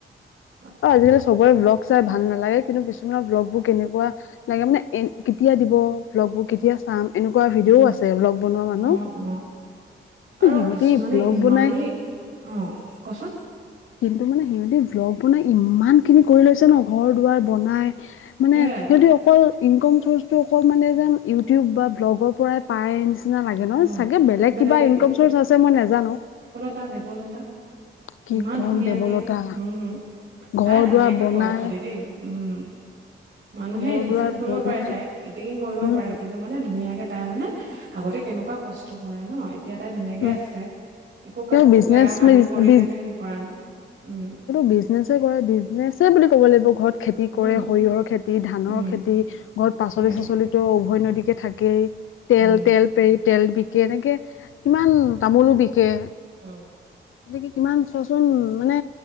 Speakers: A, on the right (about 55°); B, on the left (about 75°).
A: অ।
B: অ আজিকালি চবৰে ব্লগ চাই ভাল নালাগে কিন্তু কিছুমানৰ ব্লগ বোৰ কেনেকুৱা লাগে মানে এ কেতিয়া দিব? ব্লগবোৰ কেতিয়া চাম? এনেকুৱা ভিডিঅ'ও
A: উম
B: আছে ব্লগ বনোৱা মানুহ৷
A: অ অ
B: কিন্তু
A: আৰু
B: সিহঁতি
A: কিছুমানে
B: ব্লগ
A: ইমানেই,
B: বনাই
A: অ, কচোন?
B: কিন্তু মানে সিহঁতি ব্লগ বনাই ইম্মান খিনি কৰি লৈছে ন ঘৰ দুৱাৰ বনাই মানে
A: সেয়াই
B: সিহঁতি অকল ইনকম চোৰ্চটো অকল মানে যেন ইউটিউব বা ব্লগৰ পৰাই পায় নিচিনা লাগে ন'?
A: অ
B: চাগে বেলেগ
A: যেনেকে
B: কিবা ইনকম চোৰ্চ আছে মই নেজানো৷
A: তা, দেৱলতা
B: কি
A: ইমান
B: কম
A: ধুনীয়াকে
B: দেৱলতা
A: উম
B: ঘৰ
A: তাই ধুনীয়াকে
B: দুৱাৰ বনাই
A: কয় খালি দেই, উম্‌ মানুহে
B: ঘৰ
A: ইনচাল্ট
B: দুৱাৰ
A: কৰিব
B: বনাই
A: পাৰে তাইক, ইতিকিং কৰিব
B: উম
A: পাৰে কিন্তু মানে ধুনীয়াকে তাই মানে, আগতে কেনেকুৱা কষ্ট কৰে ন'। এতিয়া তাই ধুনীয়াকে
B: উম
A: আছে, একো
B: তেওঁ
A: কাকো
B: বিজনেচ
A: বেয়া হানি কৰি কেনে হেই কৰা নাই, উম।
B: বিজনেজ হে কৰে, বিজনেছ বুলি ক'ব লাগিব ঘৰত খেতি
A: উম,
B: কৰে৷ সৰিয়ঁহৰ খেতি, ধানৰ
A: উম,
B: খেতি, ঘৰত পাচলি
A: সেয়াই
B: চাচলি উভয় নদীকে থাকেই৷ তেল
A: উম,
B: তেল পেৰি তেল বি বিকে৷ এনেকে কিমান, তামোলো বিকে
A: উম।
B: তেনেকে কিমান, চোৱাচোন, মানে